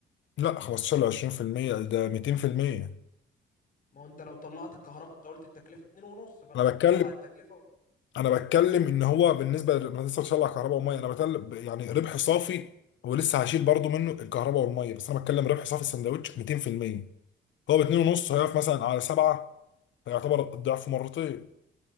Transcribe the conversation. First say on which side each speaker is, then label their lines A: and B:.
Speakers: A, on the left (about 70°); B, on the left (about 45°).
A: لا 15 ل 20% ده 200%
B: ما هو انت لو طلعت الكهرباء انت قلت التكلفة 2 ونص فلما
A: انا بتكلم
B: تطلع التكلفة
A: انا بتكلم ان هو بالنسبه لل- انا لسه بشغل على كهرباء وميه انا بتكلم يعني ربح صافي هو لسه هشيل برضو منه الكهرباء والميه بس انا بتكلم ربح صافي السندوتش 200% هو ب 2 ونص هيقف مثلا على 7 فيعتبر الضعف مرتين